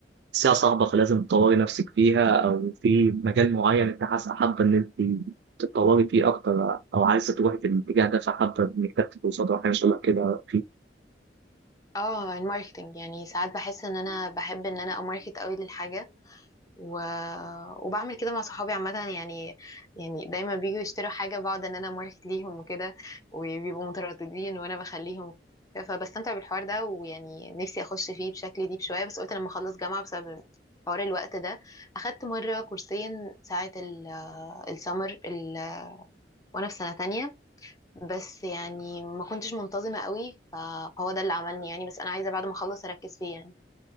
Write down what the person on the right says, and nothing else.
ساعة صعبة فلازم تطوري نفسك فيها أو في مجال معين أنت حاسة حابة إن أنت تتطوري فيه أكتر أو عايزة تروحي في الاتجاه ده فحابة إنك تاخدي كورسات أو حاجة شبه كده فيه.